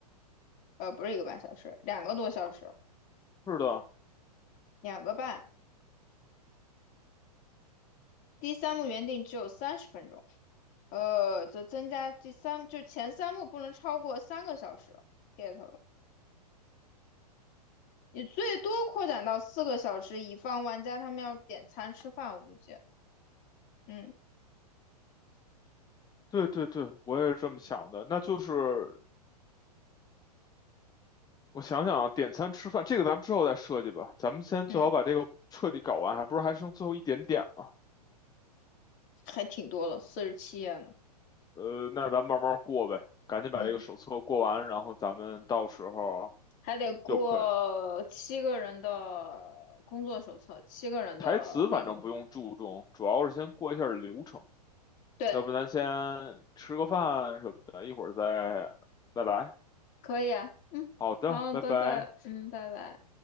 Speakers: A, on the left; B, on the left.
A: 呃，不是一个半小时，两个多小时，
B: 是的，
A: 两个半。第三幕原定只有三十分钟，呃，则增加第三，就前三幕不能超过三个小时。get 了，你最多扩展到四个小时，以防玩家他们要点餐吃饭，我估计。嗯。
B: 对对对，我也是这么想的。那就是我想想啊，点餐吃饭这个咱们之后再设计吧，咱们先最好把这个彻底搞完，
A: 嗯，
B: 还不是还剩最后一点点嘛。
A: 还挺多了，四十七页呢。
B: 呃，那咱们慢慢过呗，赶紧把这个手册过完，
A: 嗯，
B: 然后咱们到时候
A: 还得过七个人的工作手册，
B: 就可以。
A: 七个人的那个，
B: 台词反正不用注重，主要是先过一下流程。
A: 对，
B: 要不咱先吃个饭什么的，一会儿再再来。
A: 可以啊嗯，
B: 好的，
A: 好，
B: 拜拜。
A: 拜拜。嗯，拜拜。